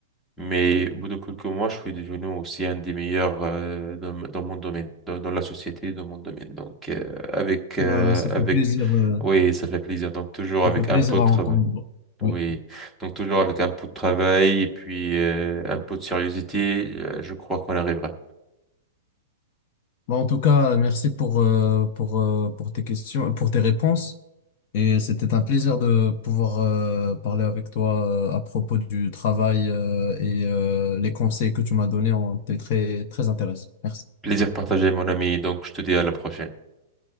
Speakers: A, in the centre; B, on the left.
A: mais au bout de quelques mois, je suis devenu aussi un des meilleurs euh, dans, dans mon domaine, dans, dans la société, dans mon domaine. Donc, euh, avec, euh,
B: Euh, ça
A: avec,
B: fait plaisir, euh,
A: oui, ça fait plaisir. Donc, toujours
B: ça
A: avec
B: fait plaisir
A: un peu de
B: à
A: travail.
B: entendre. Oui.
A: Oui, donc toujours avec un peu de travail et puis euh, un peu de sérieuxité, euh, je crois qu'on arrivera.
B: Bah, en tout cas, merci pour, euh, pour, euh, pour tes questions, pour tes réponses. Et c'était un plaisir de pouvoir euh, parler avec toi euh, à propos du travail euh, et euh, les conseils que tu m'as donnés ont été très, très intéressants. Merci.
A: Plaisir partagé, mon ami. Donc, je te dis à la prochaine.